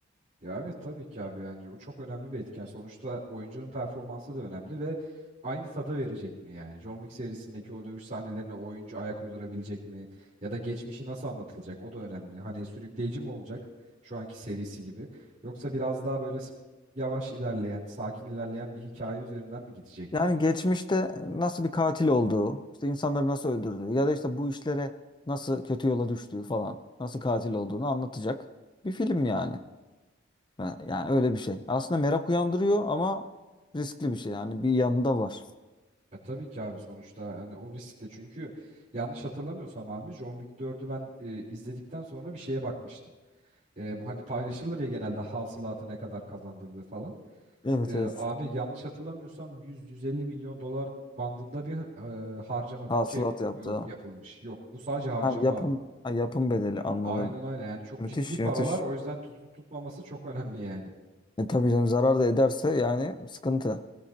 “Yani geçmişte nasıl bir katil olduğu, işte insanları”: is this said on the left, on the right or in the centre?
Left